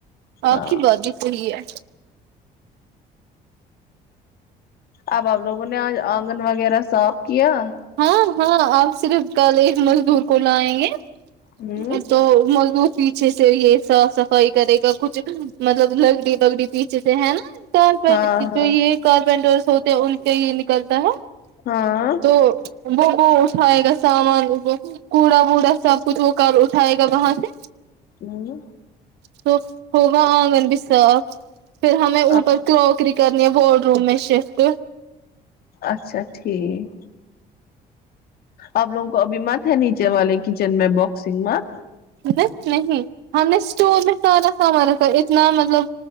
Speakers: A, on the left; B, on the right.
A: ہے
B: آپ
A: ہاں
B: کی بات بھی صحیح ہے
A: اب آپ لوگوں نے آج آنگن وغیرہ صاف کیا
B: ہاں ہاں آپ صرف کل ایک مزدور کو لیں گے
A: ہوں
B: میں تو مزدور فی پیچھے سے یہ صاف صفائی کرے گا کچھ مطلب لگڑی بگڑی پیچھے سے ہے نا کارپیٹ
A: ہاں
B: جو یہ کارپینٹرس ہوتے ہیں ان کے یہ نکلتا ہے
A: ہاں
B: تو وہ وہ اٹھائے گا سامان وہ کوڑا ووڈا سب کچھ وہ کب اٹھائے گا وہاں سے
A: ہوں
B: تو ہوگا آنگن بھی صاف پھر ہمیں اوپر
A: ہ
B: کروکری کرنی ہے وارڈ روب میں شفٹ
A: اچھا ٹھیک آپ لوگوں کو ابھی مت ہے نیچے والے کچن میں باکسنگ مت
B: نہیں نہیں ہم نے اسٹور میں سارا سامان رکھا اتنا مطلب